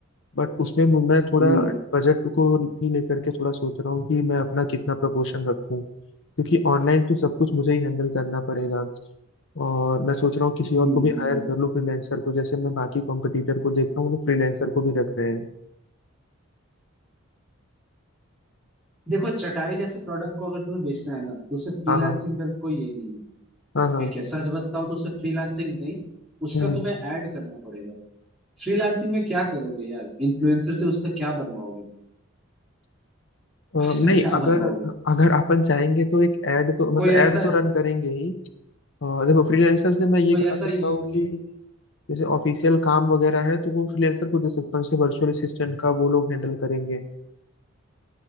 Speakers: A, on the left; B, in the centre.
A: बट उसमें मु- मैं थोड़ा
B: हम्म
A: बजट को भी लेकर के थोड़ा सोच रहा हूँ कि मैं अपना कितना प्रपोर्शन रखूं क्योंकि ऑनलाइन तो सब कुछ मुझे ही हैंडल करना पड़ेगा और मैं सोच रहा हूँ किसी
B: हम्म
A: और को भी
B: हम्म।
A: हायर कर लूँ फ्रीलैंसर को जैसे मैं बाकी कॉम्पिटिटर को देखता हूँ तो फ्रीलैंसर को भी रख रहे हैं
B: देखो चटाई जैसे प्रोडक्ट को अगर तुम्हें बेचना है ना तो उसे फ्रीलांसिंग
A: हाँ हाँ
B: करके कोई ये नहीं है
A: हाँ हाँ
B: ठीक है सच बताऊं तो उसे फ्रीलांसिंग नहीं उसका
A: हम्म।
B: तुम्हें ऐड करना पड़ेगा फ्रीलांसिंग में क्या करोगे यार इन्फ्लुएंसर से उसका क्या बनवाओगे तुम
A: अ,
B: <laughs> उसका
A: नहीं
B: क्या
A: अगर
B: बनवाओगे
A: अगर अपन चाहेंगे तो एक ऐड तो
B: कोई
A: मतलब ऐड
B: ऐसा
A: तो रन करेंगे ही अ, देखो फ्रीलांसर से मैं ये
B: कोई
A: करा
B: ऐसा
A: सकता
B: यू
A: हूँ कि जैसे ऑफिशियल काम वगैरह है तो वो फ्रीलांसर को दे सकता हूँ जैसे वर्चुअल असिस्टेंट का वो लोग हैंडल करेंगे